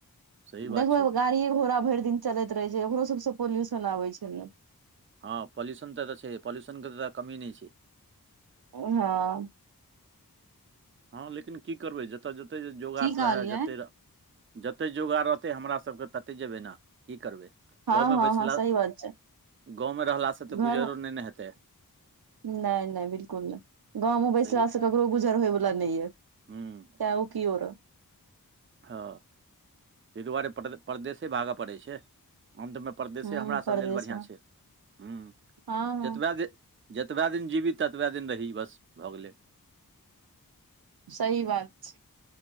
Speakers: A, on the right (about 35°); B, on the right (about 80°).
A: सही
B: देखबे
A: बात छै
B: गाड़िए घोड़ा भरि दिन चलैत रहै छै, ओकरो सबसँ पोल्यूशन आबैत छै ने।
A: हँ पल्युशन तऽ एतऽ छै। पल्युशन के तऽ एतऽ कमी नहि छै।
B: ओ हँ।
A: हँ लेकिन की करबै जतय जतेक जोगाड़
B: की कहलियै
A: रहय जतेक। जते जोगार रहतै हमरा सभके ततहि जेबै ने की करबै।
B: हँ
A: गाँवमे
B: हँ
A: बैसला,
B: हँ सही बात छै
A: गाँवमे रहलासँ तऽ
B: घर
A: गुजरो
B: मे
A: नहि ने हेतै।
B: नहि नहि बिलकुल नहि गाँवमे बैसलासँ
A: सही
B: ककरो गुजर होयवला नहि यऽ।
A: हूँ
B: ताउऽ की ओरो
A: हँ, तैय दुआरे परदे-परदेसे भागऽ पड़ै छै। हाम तैऽ में परदेशे
B: हूँ
A: हमरा
B: परदेश
A: सभ लेल बढ़िआँ
B: मे
A: छै। हुम्म,
B: हँ हँ
A: जतबा दे जतबैऽ दिन जिबी, ततबाऽ दिन रही बस भऽ गेलै।
B: सही बात छैय।